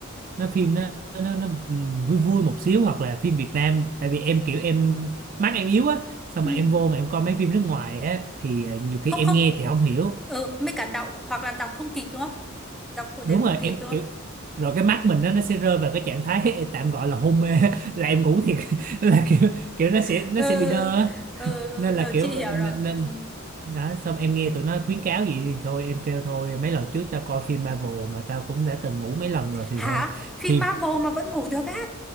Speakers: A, on the right; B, in the centre.
A: nó phim nó nó nó ừm, vui vui một xíu hoặc là phim Việt Nam tại vì em kiểu em mắt em yếu á xong
B: ừ
A: mà em vô mà em coi mấy phim nước ngoài á thì ờ, nhiều khi
B: không
A: em
B: không
A: nghe thì không hiểu
B: ừ mấy cả đọc hoặc là đọc không kịp đúng không đọc phụ
A: đúng
B: đề
A: rồi
B: không kịp
A: em
B: đúng
A: kiểu
B: không
A: rồi cái mắt mình nó nó sẽ rơi vào cái trạng thái <laughs> tạm gọi là hôn mê <laughs> là em ngủ thiệt <laughs> là kiểu kiểu nó sẽ
B: <laughs>
A: nó
B: ừ
A: sẽ bị đơ á
B: ừ ừ,
A: nên
B: rồi
A: là kiểu
B: chị hiểu
A: nên,
B: rồi
A: nên
B: ừ.
A: đó xong em nghe tụi nó khuyến cáo gì thì thôi em kêu thôi mấy lần trước tao coi phim Marvel mà tao cũng đã từng ngủ mấy lần rồi thì
B: hả
A: thôi
B: phim
A: phim
B: Marvel mà vẫn ngủ được á